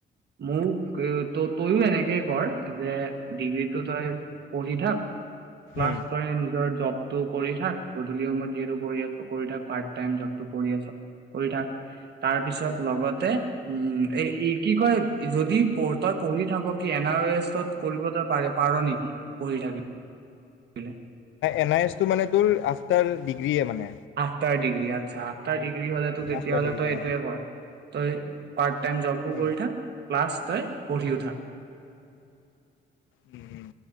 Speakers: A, on the right; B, on the left.
A: মোক তই-তয়ো এনেকে কৰ যে, ডিগ্ৰীটো তই পঢ়ি থাক প্লাছ,
B: উম।
A: তই নিজৰ জবটো কৰি থাক। গধূলিও মই যিহেতু কৰি আছোঁ কৰি থাক। পাৰ্ট-টাইম জবটো কৰি আছ। কৰি থাক। তাৰপিছত লগতে, উম, এ, কি কয়, যদি তই পঢ়ি থাক, কি, এনআৰএছত কৰিব তই পাৰে, পাৰ নেকি, পঢ়ি থাকি কিলে
B: এনআইএছটো, মানে, তোৰ আফটাৰ ডিগ্ৰীয়ে, মানে‌
A: আফটাৰ ডিগ্ৰী আচ্ছা। আফটাৰ ডিগ্ৰী হ'লেতো তেতিয়াহ'লে
B: আফটাৰ ডিগ্ৰী
A: তই এইটোৱেই
B: অ
A: কৰ। তই পাৰ্ট-টাইম জবো
B: উম।
A: কৰি থাক। প্লাছ তই পঢ়িও থাক
B: উম, উম।